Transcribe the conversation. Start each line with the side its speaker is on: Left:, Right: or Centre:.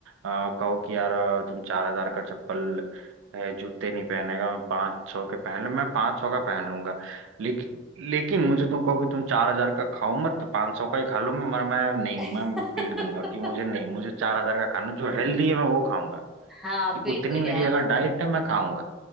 Right: आ, कहो कि यार अ, तुम चार हजार का चप्पल है जूते नहीं पहनेगा मैं पाँच सौ के पहन लूँ मैं पाँच सौ का पहन लूंगा लेकिन लेकिन मुझे तुम कहो कि तुम चार हजार का खाओ मत तो पाँच सौ का ही खा लो मैं मैं मैं नहीं
Centre: <laughs>
Right: मैं पीट दूंगा कि मुझे नहीं मुझे चार हजार का खाना जो हेल्दी है मैं वो खाऊंगा
Centre: हाँ
Right: कि
Centre: बिल्कुल
Right: उतनी मेरी
Centre: यार
Right: अगर डाइट है मैं खाऊंगा